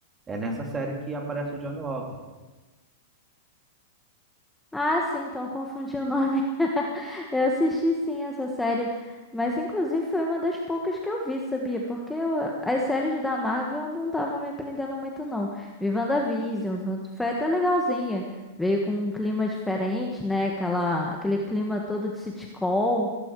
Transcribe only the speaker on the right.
É nessa série que aparece o Johnny Walker.